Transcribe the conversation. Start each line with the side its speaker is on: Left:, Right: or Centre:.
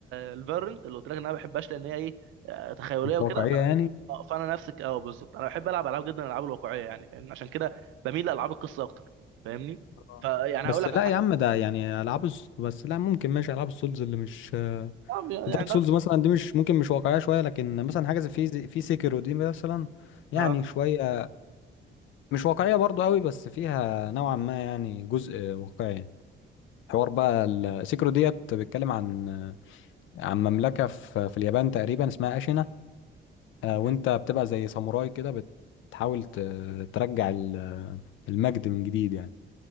Right: الفيرنت اللي قلت لك ان انا ما بحبهاش لان هي ايه آه، تخيليه
Left: مش
Right: وكده
Left: واقعيه
Right: فانا
Left: يعني
Right: اه فانا نفسك اه بالظبط انا بحب العب العاب جدا الالعاب الواقعيه يعني فاهمني عشان كده بميل لالعاب القصه اكتر فاهمني
Left: آه.
Right: فيعني
Left: بس
Right: هقول لك
Left: لا
Right: على حاجه
Left: يا عم
Right: برضك
Left: ده يعني العاب الس- بس لا ممكن ماشي العاب السولز اللي مش
Right: اه
Left: دارك
Right: يعني دارك
Left: سولز
Right: سولز
Left: مثلا دي مش ممكن مش واقعيه شويه لكن مثلا
Right: بالظبط.
Left: حاجه زي في زي- في سيكيرو دي مثلا يعني
Right: اه
Left: شويه مش واقعيه برضو قوي بس فيها نوعا ما يعني جزء واقعي حوار بقى السيكرو ديت بيتكلم عن عن مملكه في في اليابان تقريبا اسمها اشينا آه،
Right: جامد
Left: وانت بتبقى زي ساموراي كده بتحاول ت- ترجع ال- المجد من جديد يعني